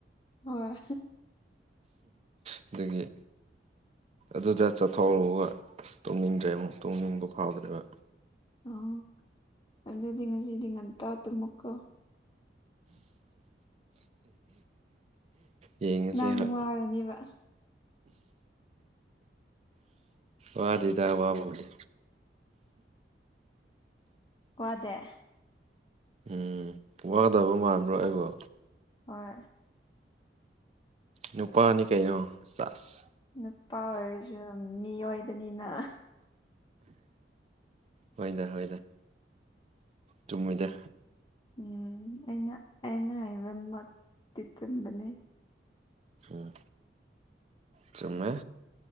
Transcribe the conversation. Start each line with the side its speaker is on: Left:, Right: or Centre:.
Left: ꯍꯣꯌ
Right: ꯑꯗꯨꯗꯒꯤ ꯑꯗꯨꯗ ꯆꯠꯊꯣꯛꯔꯛꯒ ꯇꯣꯡꯅꯤꯡꯗ꯭ꯔꯦ ꯑꯃꯨꯛ ꯇꯣꯡꯅꯤꯡꯕ ꯐꯥꯎꯗ꯭ꯔꯦꯕ
Left: ꯑꯣ ꯑꯗꯨꯖꯗꯤꯖꯤꯗꯤꯉꯟ ꯇꯨꯃꯀ
Right: ꯌꯦꯡꯉꯁꯦ
Left: ꯅꯪ
Right: ꯍꯣꯏ
Left: ꯋꯥꯔꯅꯤꯕ
Right: ꯋꯥꯗꯨꯗ ꯑꯋꯥꯕꯅꯦ
Left: ꯋꯥꯗꯦ
Right: ꯎꯝ ꯋꯥꯗꯕ ꯃꯥꯟꯕ꯭ꯔꯣ ꯑꯩꯕꯣ
Left: ꯍꯣꯏ
Right: ꯅꯨꯄꯥꯅꯤ ꯀꯩꯅꯣ ꯆꯥꯁ
Left: ꯅꯨꯄꯥ ꯑꯣꯏꯔꯁꯨ ꯃꯤ ꯑꯣꯏꯕꯅꯤꯅ
Right: ꯍꯣꯏꯗ ꯍꯣꯏꯗ ꯆꯨꯝꯃꯣꯏꯗ
Left: ꯎꯝ ꯑꯩꯅ ꯑꯩꯅ ꯍꯥꯏꯕꯃꯛꯇꯤ ꯆꯨꯝꯕꯅꯦ
Right: ꯎꯝ ꯆꯃꯦ